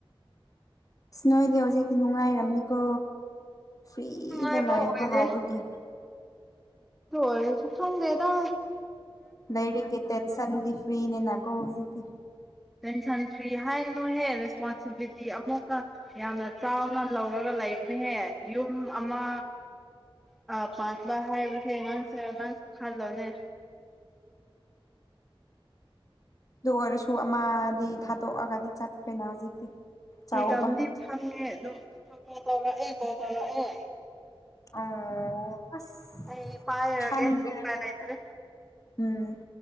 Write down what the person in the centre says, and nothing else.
ꯅꯨꯡꯉꯥꯏꯕ
ꯑꯣꯏꯗꯦ
ꯇ ꯁꯁꯪꯗꯦꯗ
ꯇꯦꯟꯁꯟ ꯐ꯭ꯔꯤ ꯍꯥꯏꯒ ꯑꯗꯨꯝ ꯍꯦꯛ ꯔꯦꯁꯄꯣꯟꯁꯤꯕꯤꯂꯤꯇꯤ ꯑꯃꯨꯛꯀ ꯌꯥꯝꯅ ꯆꯥꯎꯅ ꯂꯧꯔꯒ ꯂꯩꯕꯅꯦꯍꯦ ꯌꯨꯝ ꯑꯃ ꯑ ꯄꯥꯠꯕ ꯍꯥꯏꯕꯁꯦ ꯃꯥꯁꯦ ꯃꯥꯁꯨ ꯈꯜꯂꯣꯅꯦ
ꯐꯤꯗꯝꯗꯤ ꯐꯪꯉꯦ ꯑꯗꯣꯣ ꯇꯧꯔꯛꯑꯦ ꯀꯣ ꯇꯧꯔꯛꯑꯦ
ꯑꯩ ꯄꯥꯏꯔꯒꯦ
ꯎꯄ ꯥꯏꯅꯥꯏꯇꯦ